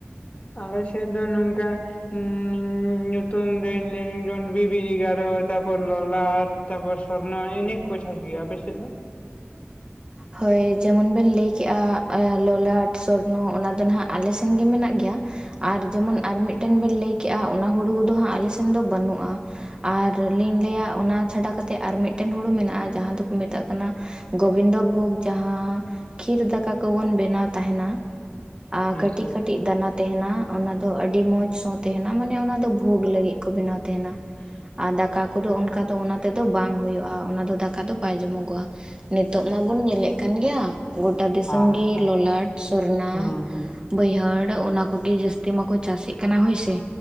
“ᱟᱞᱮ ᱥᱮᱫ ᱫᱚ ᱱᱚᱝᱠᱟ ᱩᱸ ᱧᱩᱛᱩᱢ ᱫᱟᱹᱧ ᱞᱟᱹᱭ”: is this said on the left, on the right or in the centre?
Left